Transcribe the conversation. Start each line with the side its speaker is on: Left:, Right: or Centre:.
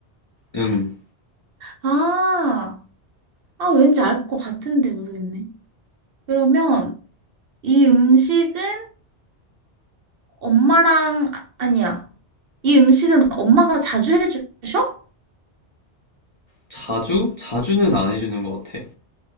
Left: 응.
Right: 아, 아 왠지 알 것 같은데 모르겠네. 그러면 이 음식은 엄마랑 아- 아니야. 이 음식은 엄마가 자주 해주셔?
Left: 자주? 자주는 안 해주는 것 같아.